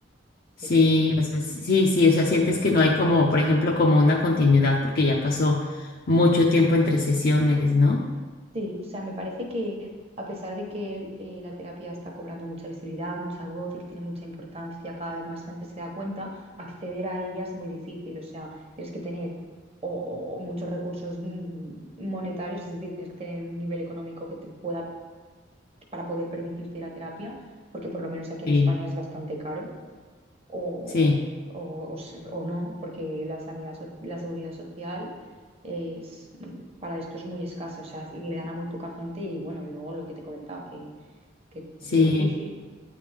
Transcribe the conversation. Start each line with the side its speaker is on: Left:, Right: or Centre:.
Right: Así
Left: sí,
Right: que...
Left: o sea, sí, sí, o sea, sientes que no hay como, por ejemplo, como una continuidad porque ya pasó mucho tiempo entre sesiones, ¿no?
Right: Sí, o sea, me parece que a pesar de que eh, la terapia está cobrando mucha visibilidad, mucha voz y que tiene mucha importancia, cada vez más gente se da cuenta, acceder a ella es muy difícil. O sea, tienes que tener o, o- o muchos recursos mm, monetarios, es decir, tienes que tener un nivel económico que te pueda para poder permitirte ir a terapia, porque por lo menos aquí en
Left: Sí,
Right: España es bastante caro o,
Left: sí,
Right: o, o se- o no, porque la sanidad, so- la seguridad social es, mm, para esto es muy escasa, o sea, le dan a muy poca gente y bueno, y luego lo que te he comentado, que, que
Left: sí.
Right: es muy difícil.